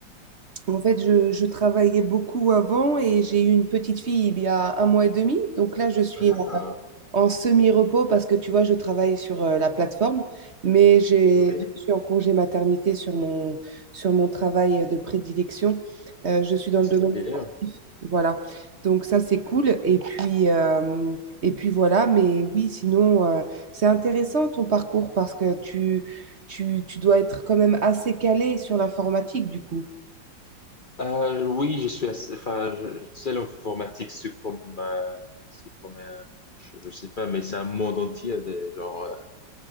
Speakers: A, on the right (about 40°); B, on the left (about 45°).
A: en fait, je, je travaillais beaucoup avant et j'ai eu une petite fille il y a un mois et demi, donc là, je suis
B: Ah,
A: en semi-repos parce que tu vois, je travaille sur euh, la plateforme, mais j'ai-
B: ouais,
A: je suis en congé maternité sur mon, sur mon travail euh, de prédilection. Euh, je suis dans le
B: c'est
A: domaine
B: bien.
A: sportif. Voilà. Donc ça, c'est cool. Et puis, euh, et puis voilà. Mais oui, sinon, euh, c'est intéressant ton parcours parce que tu, tu, tu dois être quand même assez calé sur l'informatique, du coup.
B: Euh, oui, je suis assez, enfin, je- je- tu sais, l'informatique, c'est comme, euh, c'est comme un, je, je sais pas, mais c'est un monde entier, de- genre, euh,